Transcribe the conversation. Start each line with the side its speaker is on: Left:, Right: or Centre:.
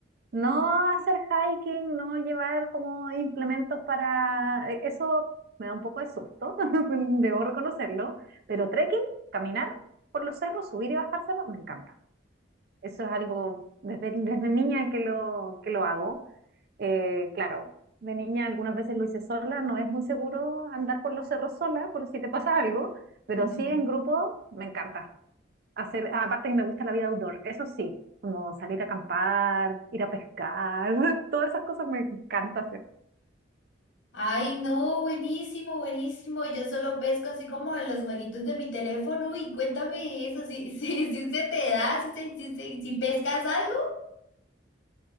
Right: No hacer hiking, no llevar como implementos para... e- Eso me da un poco de susto, <laughs> debo reconocerlo, pero trekking, caminar por los cerros, subir y bajar cerros, me encanta. Eso es algo desde, <laughs> desde niña que lo, que lo hago. Eh, claro, de niña algunas veces lo hice sola, no es muy seguro andar por los cerros sola por si te pasa algo, pero
Left: <laughs>
Right: sí en grupo me encanta hacer, aparte que me gusta la vida outdoor, eso sí, como salir a acampar, ir a pescar, <laughs> todas esas cosas me encanta hacer.
Left: Ay, no, buenísimo, buenísimo. Yo solo pesco así como en los jueguitos de mi teléfono. Y cuéntame eso, si, <laughs> si, si se te da, si, se- si, se- si pescas algo.